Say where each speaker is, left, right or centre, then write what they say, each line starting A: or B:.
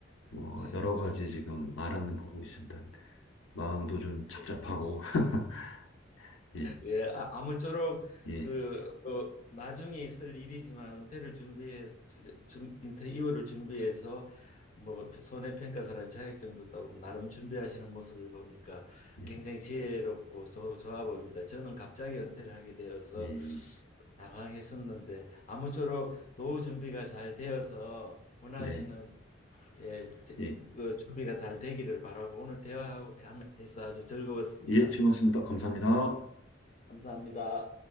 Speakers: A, on the left; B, on the left.
A: 뭐,
B: 네,
A: 여러 가지 지금 알아는 보고 있습니다. 마음도 좀 착잡하고,
B: 네.
A: <laughs> 예,
B: 예, 아, 아무쪼록
A: 예,
B: 그 어, 나중에 있을 일이지만 은퇴를 준비해 준 은퇴 이후를 준비해서 뭐 손해평가사라는 자격증도 따고 뭐 나름 준비하시는 모습을 보니까
A: 예.
B: 굉장히 지혜롭고 좋 좋아 보입니다. 저는 갑자기 은퇴를 하게 되어서
A: 예,
B: 좀 당황했었는데 아무쪼록 노후 준비가 잘 되어서 원하시는
A: 네.
B: 예, 제-
A: 예.
B: 그 준비가 잘 되기를 바라고 오늘 대화해서 아주 즐거웠습니다.
A: 예, 즐거웠습니다. 감사합니다.
B: 감사합니다.